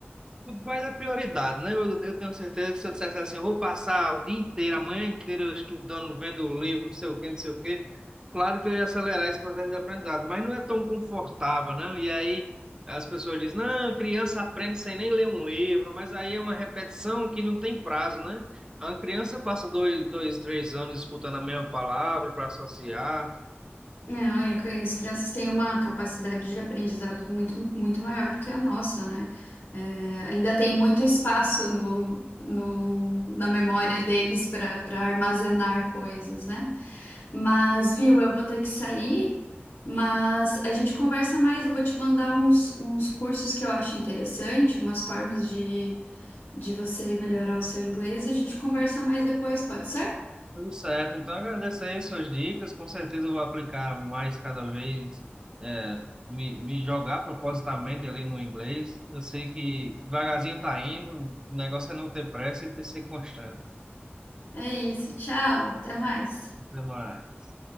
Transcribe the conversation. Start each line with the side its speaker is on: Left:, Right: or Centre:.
Right: Tudo vai da prioridade, né? Eu, eu tenho certeza que se eu dissesse assim, eu vou passar o dia inteiro, a manhã inteira estudando, vendo livro, não sei o quê, não sei o quê. Claro que eu ia acelerar esse processo de aprendizado, mas não é tão confortável, né? E aí as pessoas dizem, não, criança aprende sem nem ler um livro, mas aí é uma repetição que não tem prazo, né? A criança passa dois, dois, três anos disputando a mesma palavra para associar. <laughs>
Left: Não, e a- e as crianças têm uma capacidade de aprendizado muito, muito maior do que a nossa, né? É, ainda tem muito espaço no, no- na memória deles para para armazenar coisas, né? Mas, viu, eu vou ter que sair, mas a gente conversa mais. Eu vou te mandar uns, uns cursos que eu acho interessante, umas formas de, de você melhorar o seu inglês e a gente conversa mais depois, pode ser?
Right: Tudo certo. Então, agradeço aí suas dicas. Com certeza eu vou aplicar mais cada vez, é, me, me jogar propositalmente ali no inglês. Eu sei que devagarzinho tá indo, o negócio é não ter pressa e ter ser constante.
Left: É isso, tchau, até mais.
Right: Até mais.